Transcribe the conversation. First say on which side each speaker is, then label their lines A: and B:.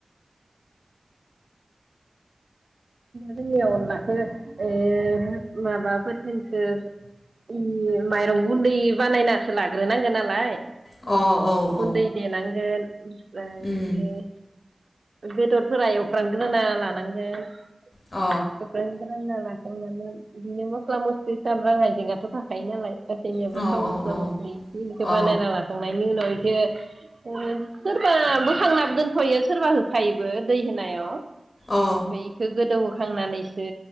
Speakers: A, on the right; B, on the left.
A: जोंनियाव अनलाखौ ओ माबाफोरजोंसो उम माइरं गुन्दै बानायनासो लाग्रोनांगोन नालाय।
B: अ औ
A: गुन्दै
B: औ
A: देनांगोन। उम ओ बेदिनो
B: उम
A: बेदरफोरा एवफ्रामग्रोना लानांगोन। <unintelligible>
B: अ
A: रानना लाखांनानै बिदिनो मस्ला मस्लि साम्रां हाइजेंआथ' थाखायो नालाय। गासैनियाबो
B: औ
A: थाव
B: औ
A: मस्ला
B: औ
A: मस्लि इखिनिखो
B: अ
A: बानायना लाखांनायनि उनाव <unintelligible> सोरबा बोखांनाबो दोनफैयो सोरबा होखायोबो दै होनायाव।
B: औ।
A: ओमफ्राय इखो गोदौहोखांनानैसो